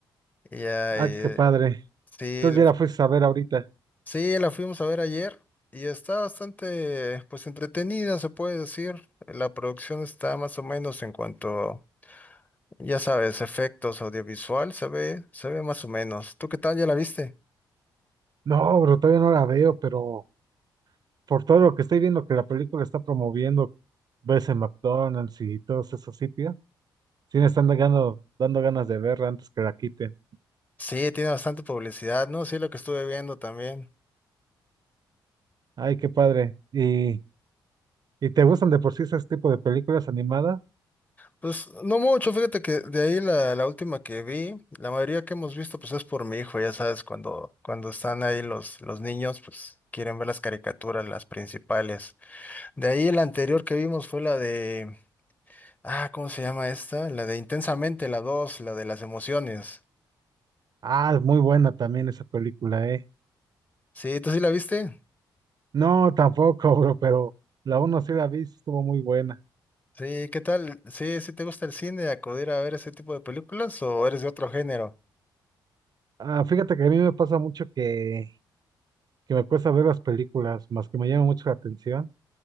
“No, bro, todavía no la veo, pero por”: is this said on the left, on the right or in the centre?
Right